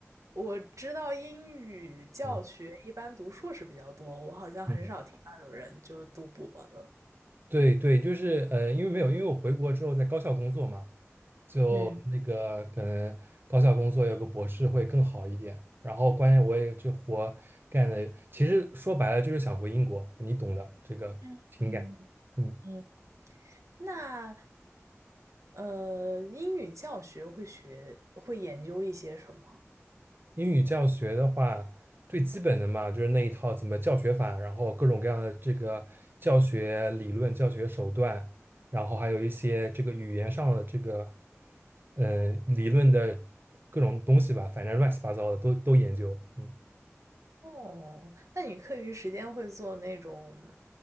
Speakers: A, on the right; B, on the right.
A: 我知道英语教学一般读硕士比较多，
B: 嗯
A: 我好像很少听到有人就读博的。
B: 嗯。对对，就是呃，因为没有，因为我回国之后在高校工作嘛，就那个可能高校工作有个博士会更好一点。
A: 嗯
B: 然后关键我也这活干的，其实说白了就是想回英国，你懂的这个情感。
A: 嗯嗯，
B: 嗯。
A: 嗯。那呃，英语教学会学会研究一些什么？
B: 英语教学的话，最基本的嘛，就是那一套怎么教学法，然后各种各样的这个教学理论、教学手段，然后还有一些这个语言上的这个嗯、呃理论的各种东西吧，反正乱七八糟的都都研究。嗯，
A: 哦，那你课余时间会做那种